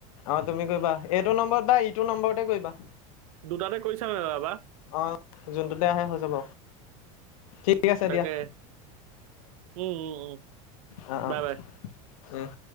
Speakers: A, on the left; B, on the right.
A: অ তুমি কৰিবা এইটো নম্বৰত বা ইটো নম্বৰতে কৰিবা
B: দুটাতে কৰিছা নাই বাবা
A: অ' যোনটোতে আহে হৈ যাব ঠিক আছে
B: তাকে
A: দিয়া
B: উম উম উম
A: অ' অ
B: বাই বাই।
A: উম